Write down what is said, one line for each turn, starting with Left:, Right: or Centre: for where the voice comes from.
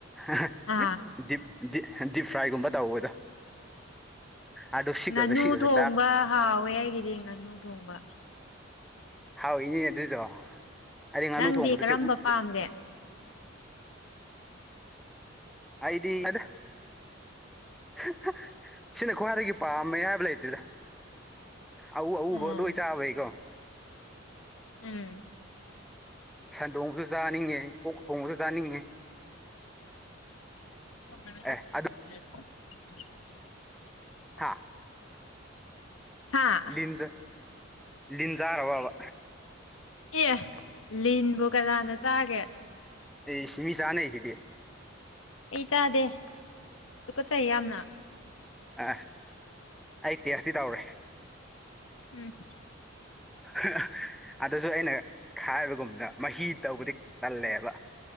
Centre: <unintelligible>
Left: ꯑꯥ
Centre: ꯗꯤꯞ ꯗꯤ ꯗꯤꯞ ꯐ꯭ꯔꯥꯏꯒꯨꯝꯕ ꯇꯧꯕꯗꯣ ꯑꯗꯣ ꯁꯤꯛꯔꯒ
Left: ꯉꯥꯅꯨ
Centre: ꯁꯤꯛꯔꯒ
Left: ꯊꯣꯡꯕ ꯍꯥꯎꯋꯦ ꯑꯩꯒꯤꯗꯤ ꯉꯥꯅꯨ ꯊꯣꯡꯕ
Centre: ꯍꯥꯎꯏꯅꯦ ꯑꯗꯨꯏꯗꯣ ꯑꯩꯗꯤ ꯉꯥꯅꯨ
Left: ꯅꯪꯗꯤ
Centre: ꯊꯣꯡꯕꯗꯁꯦ
Left: ꯀꯔꯝꯕ
Centre: ꯎꯞ
Left: ꯄꯥꯝꯒꯦ
Centre: ꯑꯩꯗꯤ ꯑꯁ <unintelligible> ꯁꯤꯅ ꯈ꯭ꯋꯥꯏꯗꯒꯤ ꯄꯥꯝꯃꯦ ꯍꯥꯏꯕ ꯂꯩꯇꯦꯗ ꯑꯎ ꯑꯎꯕ
Left: ꯎꯝ
Centre: ꯂꯣꯏ ꯆꯥꯕꯩꯀꯣ
Left: ꯎꯝ
Centre: ꯁꯟ ꯊꯣꯡꯕꯁꯨ ꯆꯥꯅꯤꯡꯉꯦ ꯑꯣꯛ ꯊꯣꯡꯕꯁꯨ ꯆꯥꯅꯤꯡꯉꯤ
Left: <unintelligible>
Centre: ꯑꯦ ꯑꯗꯨ ꯍꯥ
Left: ꯍꯥꯥ
Centre: ꯂꯤꯟ ꯂꯤꯟ ꯖꯔꯕꯕ
Left: ꯑꯦ ꯂꯤꯟꯕꯨ ꯀꯅꯥꯅ ꯆꯥꯒꯦ
Centre: ꯏꯁ ꯃꯤ ꯆꯥꯅꯩꯗꯨꯗꯤ
Left: ꯑꯩ ꯆꯥꯗꯦ ꯇꯨꯀꯠꯆꯩꯌꯦ ꯌꯥꯝꯅ
Centre: ꯑꯥ ꯑꯩ ꯇꯦꯁꯇꯤ ꯇꯧꯔꯦ
Left: ꯎꯝ
Centre: <unintelligible> ꯑꯗꯨꯁꯨ ꯑꯩꯅ ꯍꯥꯏꯕꯒꯨꯝꯕꯅ ꯃꯍꯤ ꯇꯧꯕꯗꯤ ꯇꯜꯂꯦꯕ